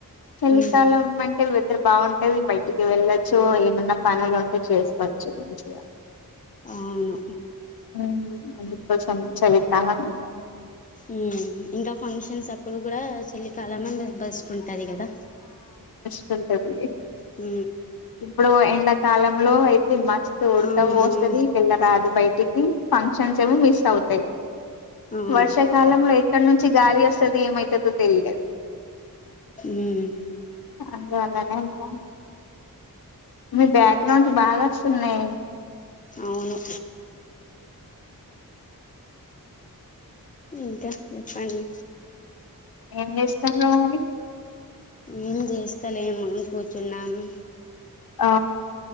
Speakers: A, on the left; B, on the left.
A: చలికాలం
B: మ్మ్
A: అంటే వెదర్ బాగుంటది బయటికి వెళ్ళచ్చు ఏమన్నా పనులు ఉంటే చేస్త చ్చు మంచిగా
B: అవును
A: హ అ చెం చలికాలం
B: ఉ ఇంకా ఫంక్షన్స్ అప్పుడు కూడా చల్లికాలమే బెస్ట్ ఉంటది కదా
A: ంటది
B: హ
A: ఇప్పుడు ఎండాకాలంలో అయితే మస్తు ఉడకవ
B: అమ్మో
A: పోస్తది వెళ్ళరాదు బయటికి ఫంక్షన్ క్షన్స్ ఏమొ మిస్ అవుతాయి
B: అవును
A: వర్షాకాలంలో ఎక్కడి నుంచి గాలి వస్తుంది ఏమైతుందో తెలియదు
B: మ్మ్
A: అందు అలనే ఇగ మీ బ్యాక్గ్రౌండ్ బాగా వస్తున్నాయి
B: అవును ఇంకా చెప్పండి
A: ఏం చేస్తారు మరి
B: ఏం చేస్తా స్థాలేము కూర్చున్నాము
A: ఆ